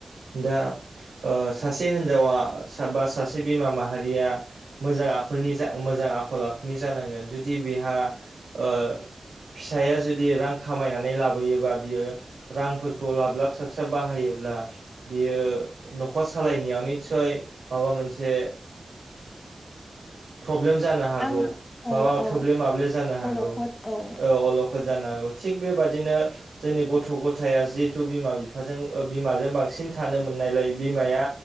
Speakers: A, on the right (about 90°); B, on the left (about 40°).
A: दा सासे हिनजावा बा सासे बिमा माहारिया मोजां आखलनि जा मोजां आखल आखुनि जानांगोन जुदि बेहा ओ फिसाया जुदि रां खामायनानै लाबोयोबा बियो रांफोरखौ लाब लाब स्राबस्राब बाहायोब्ला बियो न'खर सालायनायाव निस्सय माबा मोनसे
B: <inaudible>
A: प्रब्लेम जानो हागौ
B: आं
A: माबा
B: औ औ
A: थोब्ले माब्ले जानो हागौ
B: अलखद औ
A: अल खद जानो हागौ थिग बेबायदिनो जोंनि गथ' गथ' थाया जिहेथु बिमा बिफाजों बिमाजों बांसिन थानो मोननायलाय बिमाया